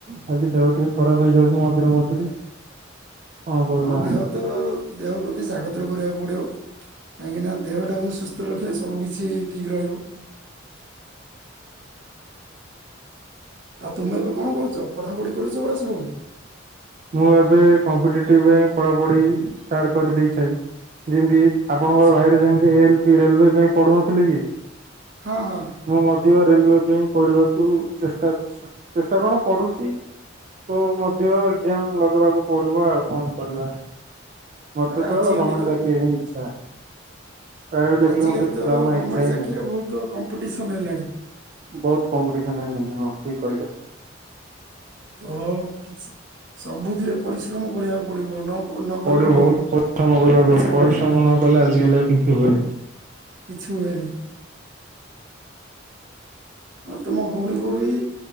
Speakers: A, on the right; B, on the right.
A: ଖାଲି ଦେହ ଟିକେ ଖରାପ ହେଇଯାଉଚି ମଝିରେ ମଝିରେ। କଣ କରିବା।
B: ହଁ ଦେହ ତ ଦେହ ପ୍ର ତି ଯାଗତର କରିବାକୁ ପଡିବ। କାହିଁକି ନା ଦେହଟା ମୁ ସୁସ୍ ତ ରଖିବା ହ ସବୁ କିଛି ଠିକ ରହିବ। ଆଉ ତମେ ଏବେ କଣ କରୁଚ? ପଠାପଢି କରୁଛ ପରା ଶୁଭମ୍?
A: ମୁଁ ଏବେ କମ୍ପିଟେଟିଭ ପାଇଁ ପଢ଼ାପଢ଼ି ଷ୍ଟାର୍ଟ କରିଦେଇଥାଏ। ରି ମ ବି ଆପଣଙ୍କର
B: ଆଚ୍ଛା
A: ଭାଇର ଯେମିତି ଏଲ ରେଲୱେ ପାଇଁ ପଢୁନଥିଲେ କି?
B: ହଁ ହଁ
A: ମୁଁ ମଧ୍ୟ ରେଲୱେ ପାଇଁ ପଢିବାକୁ ଚେଷ୍ଟା, ଚେଷ୍ଟା କଣ ପଢୁଚି। ଓ ମଧ୍ୟ ଲଗେଇବାକୁ ପଡିବ ଆଉ କଣ କରିବା? ମତେ
B: ଆରେ ଆଜିକାଲି
A: ତ ଗମେଣ୍ଟ ଚାକିରୀ ହିଁ ଇଚ୍ଛା। ପ୍ରାଇଭେଟ ଚାକିରି
B: ଆଜିକାଲି
A: ମତେ ଟ
B: ତ
A: ଜମା
B: ଗଭର୍ଣ୍ଣମେଣ୍ଟ
A: ଇଛା ହିଁ
B: ଚାକିରିରେ
A: ନାହିଁ
B: ବହୁତ କମ୍ପିଟିସନ ହେଲାଣି
A: । ବହୁତ କମ୍ପିଟିସନ୍ ହେଲାଣି ହଁ। ଠିକ କହିଲେ ।
B: ତ କିଛି ସବୁଥିରେ ପରିଶ୍ରମ କରିବାକୁ ପଡ଼ିବ। ନ ନ କରିଲେ
A: ପରେ ବହୁତ ପରିଶ୍ରମ କରିବା
B: ପଛରେ
A: ପରିଶ୍ରମ
B: ପଡିଯିବା
A: ନ କଲେ ଆଜିକାଲି ଆଉ କିଛି ହୁଏ ନାହି।
B: କିଛ ହୁଏନି। ଆଉ ତୁମ ଭଉଣୀକୁ ବି